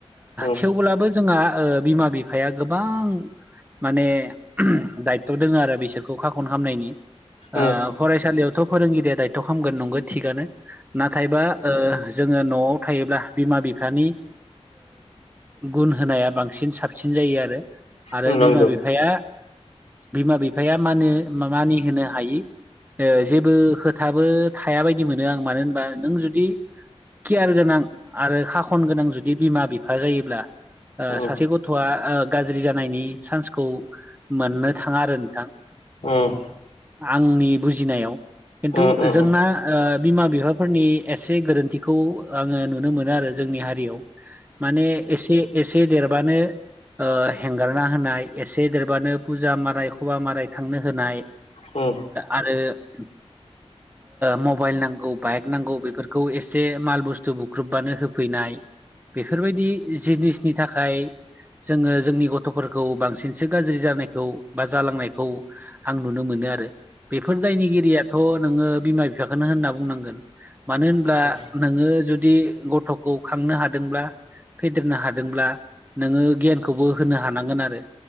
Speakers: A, on the left; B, on the right.
A: उम
B: थेवब्लाबो जोंहा बिमा बिफाया गोबां माने दायथ' दोङ आरो बिसोरखौ खाखन खालामामनायनि
A: उम
B: फरायसालियावथ' फोरोंगिरिया दायथ' खालामगोन नंगौ थिगआनो नाथायबा जोङो न'आव थायोब्ला बिमा बिफानि गुन होनाया बांसिन साबसिन जायो आरो आरो
A: उम नंगौ
B: बिमा बिफाया बिमा बिफाया माने मानि होनो हायि जेबो खोथाबो थाया बायदि मोनो आं मानो होनबा नों जुदि केयार गोनां आरो खाखन गोनां जुदि बिमा बिफा जायोब्ला
A: उम
B: सासे गथ'आ गाज्रि जानायनि चान्सखौ मोननो थाङा आरो नोंथां
A: उम
B: आंनि बुजिनायाव खिन्थु
A: उम उम
B: जोंना बिमा बिफा फोरनि एसे गोरोन्थिखौ आङो नुनो मोनो आरो जोंनि हारियाव माने एसे एसे देरबानो ओ हेंगारना होनाय एसे देरबानो फुजा माराय खबा माराय थांनो होनाय
A: औ
B: आरो मबाइल नांगौ बाइक नांगौ बेफोरखौ एसे माल बुस्थु बुख्रुबबानो होफैनाय बेफोरबायदि जिनिस नि थाखाय जोङो जोंनि गथ'फोरखौ बांसिनसो गाज्रि जानायखौ बा जालांनायखौ आं नुनो मोनो आरो बेफोर दायनिगिरियाथ' नोङो बिमा बिफाखौनो होनना बुंनांगोन। मानो होनब्ला
A: उम
B: नोङो जुदि गथ'खौ खांनो हादोंब्ला फेदेरनो हादोंब्ला नोङो गियानखौबो होनो हानांगोन आरो